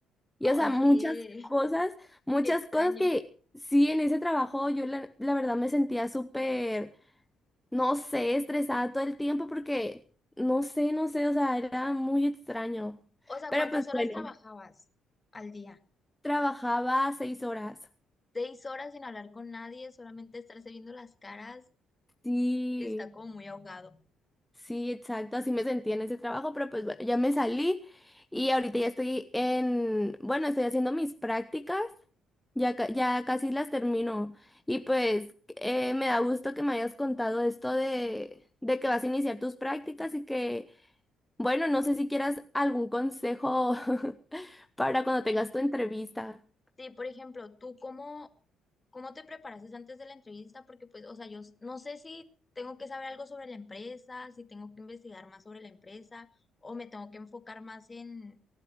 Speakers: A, in the centre; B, on the left.
A: Y
B: Ay,
A: o sea, muchas
B: qué,
A: cosas, muchas
B: qué extraño.
A: cosas que sí, en ese trabajo yo la, la verdad me sentía súper no sé, estresada todo el tiempo porque, no sé, no sé, o sea, era muy extraño.
B: O sea,
A: Pero
B: ¿cuántas
A: pues
B: horas
A: bueno,
B: trabajabas al día?
A: trabajaba seis horas.
B: Seis horas sin hablar con nadie, solamente estarse viendo las caras,
A: Sí,
B: está como muy ahogado.
A: sí, exacto, así me sentía en ese trabajo, pero pues bueno, ya me salí y ahorita ya estoy en, bueno, estoy haciendo mis prácticas. Ya, ca- ya casi las termino. Y pues eh, me da gusto que me hayas contado esto de, de que vas a iniciar tus prácticas y que Bueno, no sé si quieras algún consejo <laughs> para cuando
B: Y
A: tengas tu entrevista.
B: Sí, por ejemplo, ¿tú cómo, cómo te preparaste antes de la entrevista? Porque pues, o sea, yo s- no sé si tengo que saber algo sobre la empresa, si tengo que investigar más sobre la empresa o me tengo que enfocar más en